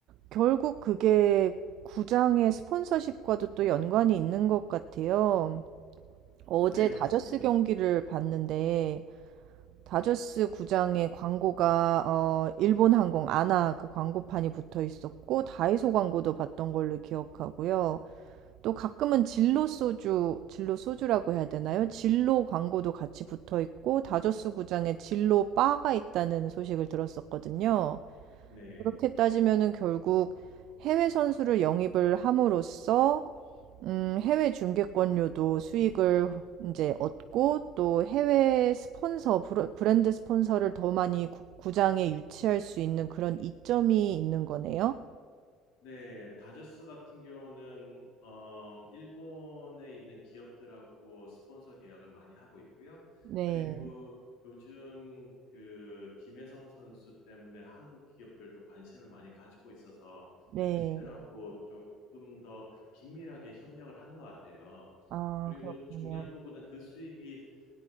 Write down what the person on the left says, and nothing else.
네,
맞습니다.
네.
네, 다저스 같은 경우는 어, 일본에 있는 기업들하고 스폰서 계약을 많이 하고 있고요.
그리고 요즘 그 김혜성 선수 때문에 한국 기업들도 관심을 많이 가지고 있어서
그 팀들하고 조금 더 긴밀하게 협력을 하는 것 같아요.
그리고
중요한 부분은 그 수익이